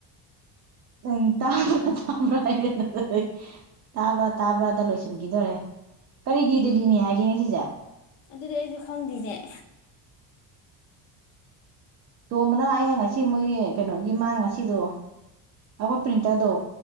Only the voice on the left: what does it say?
ꯑꯗꯨꯗꯤ ꯑꯩꯁꯨ ꯈꯪꯗꯦꯅꯦ